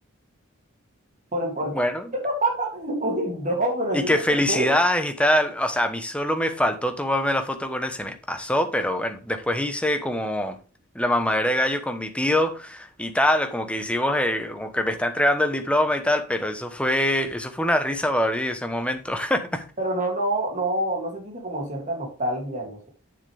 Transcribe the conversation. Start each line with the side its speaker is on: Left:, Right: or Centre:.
Right: ¿Por, por
Centre: Bueno,
Right: qué? <laughs> Uy, no, pero
Centre: Y
Right: eso
Centre: que
Right: te
Centre: felicidades
Right: conté.
Centre: y tal. O sea, a mí solo me faltó tomarme la foto con él, se me pasó, pero bueno, después hice como la mamadera de gallo con mi tío y tal, como que hicimos, eh, como que me está entregando el diploma y tal, pero eso fue, eso fue una risa para mí en ese momento. <laughs>
Right: Pero no, no, no, no sentiste como cierta nostalgia en eso.